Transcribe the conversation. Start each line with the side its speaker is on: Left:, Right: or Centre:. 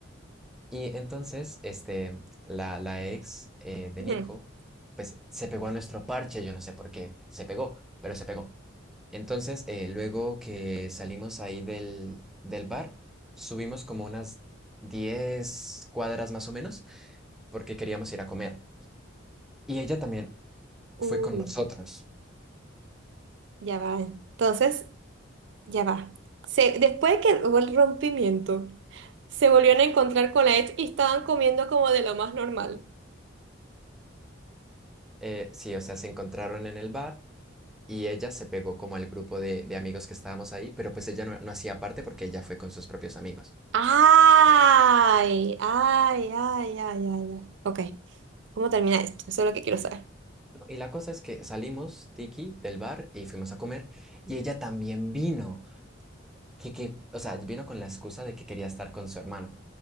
Centre: Y entonces, este, la, la ex eh, de
Right: Ujú.
Centre: Nico, pues se pegó a nuestro parche, yo no sé por qué se pegó, pero se pegó. Entonces, eh, luego que salimos ahí del, del bar, subimos como unas 10 cuadras más o menos, porque queríamos ir a comer. Y ella también
Right: Uy,
Centre: fue con nosotros.
Right: ya va. Entonces, ya va. Se, después de que hubo el rompimiento, se volvieron a encontrar con la ex y estaban comiendo como de lo más normal.
Centre: Eh, sí, o sea, se encontraron en el bar y ella se pegó como al grupo de, de amigos que estábamos ahí, pero pues ella no, no hacía parte porque ella fue con sus propios amigos.
Right: Ay, ay, ay, ay, ay, ay. Ok, ¿cómo termina esto? Eso es lo que quiero saber.
Centre: ¿no? Y la cosa es que salimos, Tiki, del bar y fuimos a comer y ella también vino, que, que, o sea, vino con la excusa de que quería estar con su hermano,